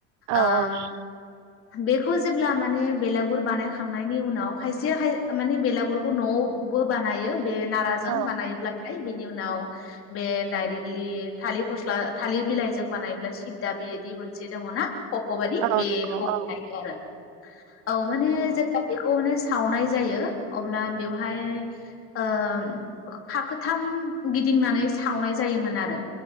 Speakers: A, on the right; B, on the left.
A: औ
B: ओ
A: औ नं
B: बेखौ जेब्ला माने बेलागुर बानायखांनायनि उनाव खायसेाय माने बेलागुरखौ न'आवबो बानायो बे नाराजों
A: औ
B: बानायोब्ला है बेनि उनाव बे डायरेक्टलि थालिर फस्ला थालिर बिलाइजों बानायोबब्ला सिददा बेबायदि मोनसे दङना खफ' बायि
A: औ
B: बेखौ
A: नंगौ
B: लायो
A: औ
B: आरो औ माने जों बेखौ माने सावनाय जायो अब्ला बेवहाय ओ फाखोथाम गिदिंनानै सावनाय जायोमोन आरो